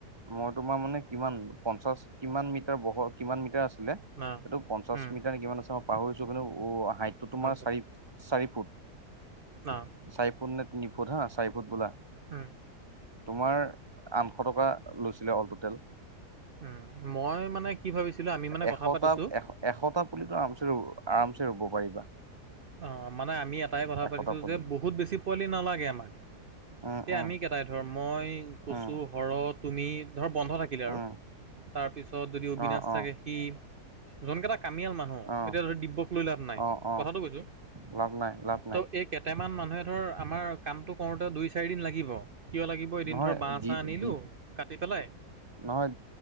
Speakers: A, on the right; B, on the right.
A: মই তোমাৰ মানে কিমান পঞ্চাশ, কিমান মিটাৰ বহ কিমান মিটাৰ আছিলে?
B: না
A: এইটো পঞ্চাশ
B: উম
A: মিটাৰ কিমান আছে মই পাহৰিছোঁ কিন্তু হাইট টো তোমাৰ
B: গম পাইছোঁ
A: চাৰি চাৰি ফুট।
B: অ
A: চাৰি ফুট নে তিনি ফুট হা, চাই ফুট বোলা।
B: হুম।
A: তোমাৰ আঠশ টকা লৈছিলে অল টুটেল।
B: উ, মই মানে কি ভাবিছিলোঁ, আমি মানে
A: এশটা
B: কথা পাতিছোঁ
A: এশ এশটা পুলিতো আৰামছে-আৰামছে ৰুব পাৰিবা।
B: অ' মানে আমি এটাই কথা
A: এশটা
B: পাতিছত
A: পুলি
B: যে বহুত বেছি পোৱালি নালাগে আমাক।
A: উম
B: এতিয়া
A: উম
B: আমিকেইটাই ধৰ মই, কছো
A: উম
B: হ, তুমি ধৰ বন্ধ থাকিলে আৰু
A: উম
B: তাৰপিছত যদি অবিনাশ
A: অ অ
B: থাকে সি, যোনকেইটা কামিয়াল মানুহ,
A: অ
B: এতিয়া ধৰি ডিব্যক লৈ লাভ নাই
A: অ অ
B: কথাটো কৈছোঁ।
A: লাভ নাই লাভ নাই
B: ত' এইকেইটামান মানুহে ধৰ আমাৰ কামটো কৰোতে দুই চাৰি দিন লাগিব। কিয় লাগিব, এদিন
A: নহয়
B: ধৰ বাহ
A: দি
B: চাহ আনিলোঁ,
A: দি
B: কাটি পেলাই
A: নহয়